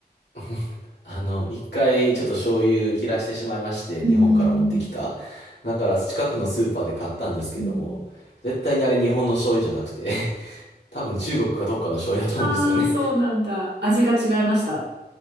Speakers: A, on the left (about 85°); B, on the right (about 80°).
A: <laughs> あの、一回ちょっと醤油切らしてしまいまして、
B: うん。
A: 日本から持ってきた。だから近くのスーパーで買ったんですけども、
B: うん。
A: 絶対にあれ日本の醤油じゃなくて、<laughs> 多分中国かどっかの醤油だと思うんですよね。
B: ああ、そうなんだ。味が違いました。